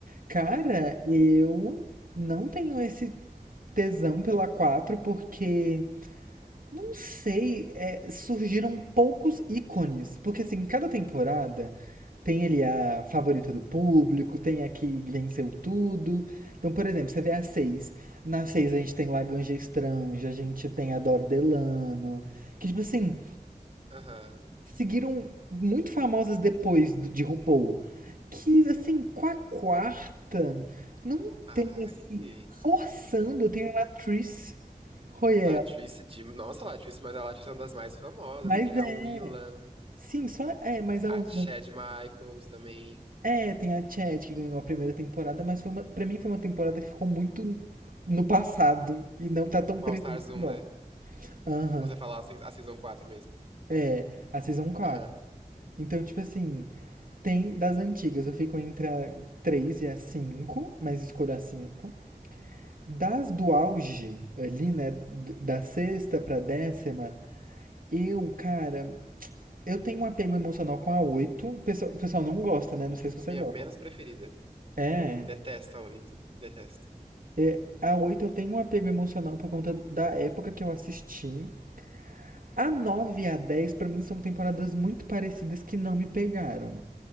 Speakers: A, on the right; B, on the right.
A: cara,
B: É.
A: eu não tenho esse tesão pela 4 porque Não sei, é, surgiram poucos ícones, porque assim, cada temporada tem ali a favorita do público, tem a que venceu tudo. Então, por exemplo, você vê a seis Na 6 a gente tem Laganja Estranja, a gente tem a Dor Delano, que tipo assim,
B: Aham.
A: seguiram muito famosas depois de RuPaul, que assim, com a quarta não
B: Ai.
A: tem assim, forçando, tem a Latrice Royale,
B: Latrice de. Nossa, Latrice, mas a Latrice é uma das mais famosas.
A: mas
B: Tem
A: é
B: a Willam.
A: Sim, só é, mas a
B: A
A: última.
B: Chad Michaels também.
A: É, tem a Chad que ganhou a primeira temporada, mas foi uma, para mim foi uma temporada que ficou muito no passado e não tá tão
B: O
A: presente
B: All Stars um
A: agora.
B: né?
A: Aham.
B: Ou você fala a se- a Season 4 mesmo?
A: É, a Season quatro
B: Aham.
A: Então, tipo assim, tem das antigas, eu fico entre a 3 e a 5, mas escolho a cinco Das do auge, ali, né, d- da sexta pra décima, eu, cara, eu tenho um apego emocional com a oito O pessoal, o pessoal não gosta,
B: Hum.
A: né? Não sei se você
B: Minha
A: gosta.
B: menos preferida.
A: É.
B: Detesto a 8, Detesto.
A: É, a 8 eu tenho um apego emocional por conta da época que eu assisti. A 9 e a 10 pra mim, são temporadas muito parecidas que não me pegaram.